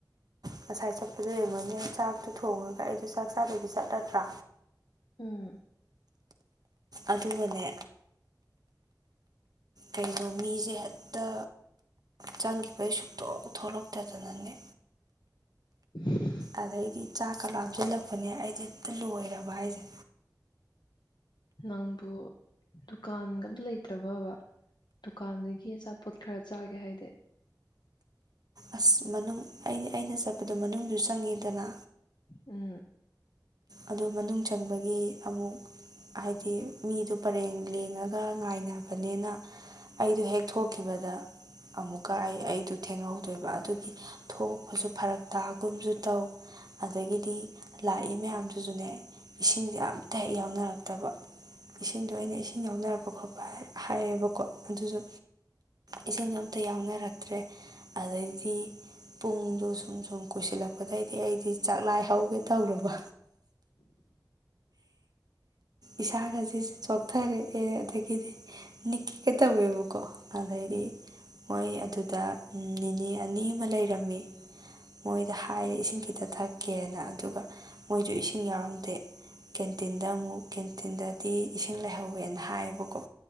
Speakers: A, on the right; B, on the left.
A: ꯉꯁꯥꯏ ꯆꯠꯄꯗꯣ ꯌꯦꯡꯉꯅꯤ ꯆꯥꯛꯇꯣ ꯊꯣꯡꯉꯒ ꯑꯩꯗꯣ ꯆꯥꯛ ꯆꯥꯗ ꯐꯕꯤꯖꯠ ꯅꯠꯇ꯭ꯔꯥ
B: ꯎꯝ
A: ꯑꯗꯨꯒꯅꯦ ꯀꯩꯅꯣ ꯃꯤꯁꯦ ꯍꯦꯛꯇ ꯆꯪꯈꯤꯕꯩ ꯁꯨꯛꯇꯣꯛ ꯊꯣꯛꯂꯛꯇꯗꯅꯅꯦ
B: <unintelligible>
A: ꯑꯗꯩꯗꯤ ꯆꯥꯛ ꯈ ꯂꯥꯞꯁꯤꯜꯂꯛꯄꯅꯦ ꯑꯩꯁꯦ ꯑꯝꯇ ꯂꯣꯏꯔꯕ ꯍꯥꯏꯁꯦ
B: ꯅꯪꯕꯨ ꯗꯨꯀꯥꯟꯒ ꯑꯝꯇ ꯂꯩꯇ꯭ꯔꯕꯕ ꯗꯨꯀꯥꯟꯗꯒꯤ ꯑꯆꯥꯄꯣꯠ ꯈꯔ ꯆꯥꯒꯦ ꯍꯥꯏꯗꯤ
A: ꯑꯁ ꯃꯅꯨꯡ ꯑꯩ ꯑꯩꯅ ꯆꯠꯄꯗꯣ ꯃꯅꯨꯡꯁꯨ ꯆꯪꯉꯤꯗꯅ
B: ꯎꯝ
A: ꯑꯗ ꯃꯅꯨꯡ ꯆꯪꯕꯒꯤ ꯒꯤ ꯑꯃꯨꯛ ꯍꯥꯏꯗꯤ ꯃꯤꯗꯨ ꯄꯔꯦꯡ ꯂꯦꯡꯉꯒ ꯉꯥꯏꯅꯕꯅꯤꯅ ꯑꯩꯗꯨ ꯍꯦꯛ ꯊꯣꯛꯈꯤꯕꯗ ꯑꯃꯨꯛꯀ ꯑꯩ ꯑꯩꯗꯨ ꯊꯦꯡꯍꯧ ꯇꯣꯏꯕ ꯑꯗꯨꯒꯤ ꯊꯣꯛꯄꯁꯨ ꯐꯔꯛ ꯇꯥꯒꯨꯝꯁꯨ ꯇꯧ ꯑꯗꯒꯤꯗꯤ ꯂꯥꯛꯏ ꯃꯌꯥꯝꯗꯨꯁꯨꯅꯦ ꯏꯁꯤꯡꯁꯦ ꯌꯥꯝ ꯇ ꯍꯦꯛ ꯌꯥꯎꯅꯔꯛꯇꯕ ꯏꯁꯤꯡꯗꯣ ꯑꯩꯅ ꯏꯁꯤꯡ ꯌꯥꯎꯅꯔꯛꯄ ꯈꯣꯠꯄ ꯍꯥꯏꯌꯦꯕꯀꯣ ꯑꯗꯨꯁꯨ ꯏꯁꯤꯡꯁꯨ ꯑꯝꯇ ꯌꯥꯎꯅꯔꯛꯇ꯭ꯔꯦ ꯑꯗꯩꯗꯤ ꯄꯨꯡꯗ ꯁꯨꯝ ꯁꯨꯝ ꯀꯣꯏꯁꯤꯜꯂꯛꯄ ꯂꯥꯛꯄꯗꯩꯗꯤ ꯑꯩꯗꯤ ꯆꯥꯛꯂꯥꯏ ꯍꯧꯒꯦ ꯇꯧꯔꯕ ꯏꯁꯥꯒꯁꯤ ꯆꯣꯛꯊꯔꯛꯑꯦ ꯑꯗꯒꯤꯗꯤ ꯅꯤꯀꯤꯀ ꯇꯧꯋꯦꯕꯀꯣ ꯑꯗꯩꯗꯤ ꯃꯣꯏ ꯑꯗꯨꯗ ꯅꯤꯅꯦ ꯑꯅꯤ ꯑꯃ ꯂꯩꯔꯝꯃꯤ ꯃꯣꯏꯗ ꯍꯥꯏ ꯏꯁꯤꯡ ꯈꯤꯇ ꯆ ꯊꯛꯀꯦꯅ ꯑꯗꯨꯒ ꯃꯣꯏꯁꯨ ꯏꯁꯤꯡ ꯌꯥꯎꯔꯝꯗꯦ ꯀꯦꯟꯇꯤꯟꯗ ꯑꯃꯨꯛ ꯀꯦꯟꯇꯤꯟꯗꯗꯤ ꯏꯁꯤꯡ ꯂꯩꯍꯧꯋꯦꯅ ꯍꯥꯏꯌꯦꯕꯀꯣ